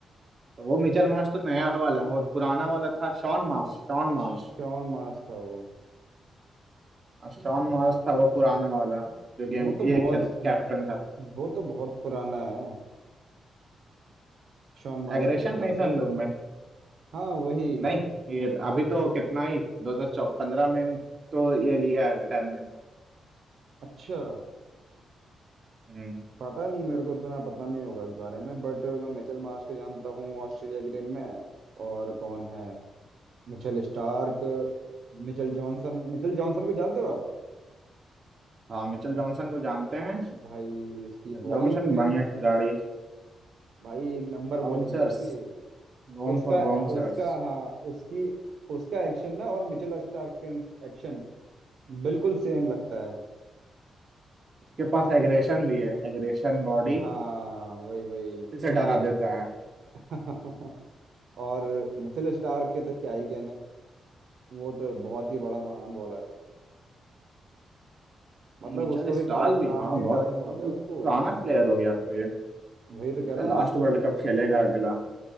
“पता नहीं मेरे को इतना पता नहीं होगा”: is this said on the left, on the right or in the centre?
Right